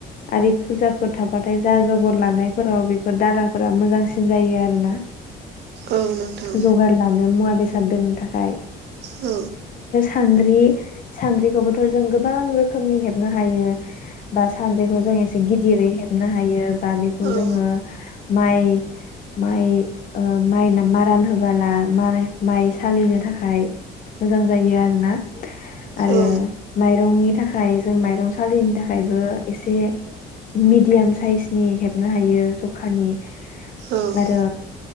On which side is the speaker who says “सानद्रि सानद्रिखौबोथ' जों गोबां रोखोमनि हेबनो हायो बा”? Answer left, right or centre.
Left